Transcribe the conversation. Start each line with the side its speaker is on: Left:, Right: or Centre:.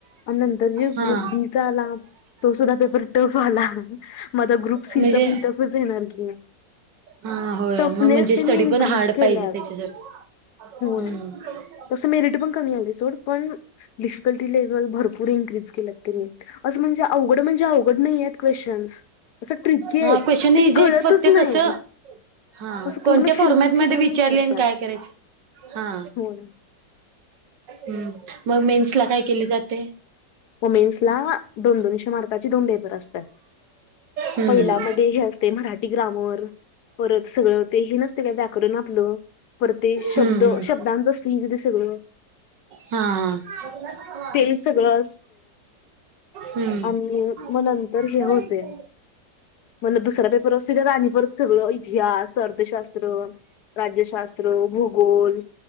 Left: आणि नंतर जे
Right: हा
Left: ग्रुप बीचा आला तो सुद्धा पेपर टफ आला मग आता ग्रुप सी
Right: म्हणजे
Left: चा पण टफच येणार की
Right: हा होय
Left: टफनेस
Right: मग म्हणजे
Left: त्यांनी
Right: स्टडी
Left: इन्क्रीज
Right: पण हार्ड
Left: केल्यात
Right: पाहिजे त्याच्यासाठी
Left: होय
Right: हम्म
Left: तसं मेरिट पण कमी आलती सोड पण डिफिकल्ट लेवल भरपू फूड इनक्रीज केला त्यांनी असं म्हणजे अवघड म्हणजे अवघड नाही क्वेश्चन्स असं ट्रिकी आहेत
Right: हा क्वेशन
Left: ते
Right: इझी
Left: कळतच
Right: आहेत फक्त
Left: नाही
Right: कसं हा
Left: असं
Right: कोणत्या
Left: पूर्ण फिरवून
Right: फॉर्मॅटमध्ये
Left: फिरवून
Right: विचारले
Left: विचारतात
Right: आणि काय करायचे हा
Left: हो
Right: हम् मग मेन्स ला काय केल जातय
Left: मेन्सला दोन दोनशे मार्काचे दोन पेपर असतात.
Right: हम्म.
Left: पहिल्यामध्ये हे असते मराठी ग्रामर परत सगळं ते हे नसते का व्याकरण आपल परत ते शब्द
Right: हम्म हम्म.
Left: शब्दांच असत के सगळं
Right: हा हा.
Left: ते सगळं
Right: हम्म.
Left: आम्ही मग नंतर हे होते. म्हणलं दुसरा पेपर असतील तर राणीपरत सगळं इतिहास, अर्थशास्त्र राज्यशास्त्र, भूगोल